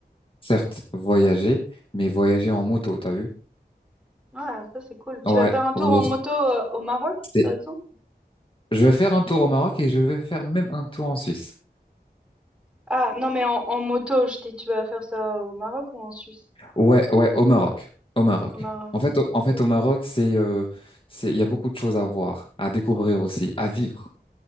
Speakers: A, on the left; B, in the centre.
A: certes voyager, mais voyager en moto, t'as vu?
B: Ouais, ça c'est cool. Tu
A: Ouais,
B: vas faire un tour
A: voyager.
B: en moto euh, au Maroc,
A: C'est-
B: par exemple?
A: Je vais faire un tour au Maroc et je vais faire même un tour en Suisse.
B: Ah, non, mais en, en moto, je dis, tu vas faire ça au Maroc ou en Suisse?
A: Ouais, ouais, au Maroc. Au Maroc.
B: Au Maroc.
A: En fait,
B: Ah,
A: au, en
B: cool.
A: fait, au Maroc, c'est, euh, c'est, il y a beaucoup de choses à voir, à découvrir aussi, à vivre.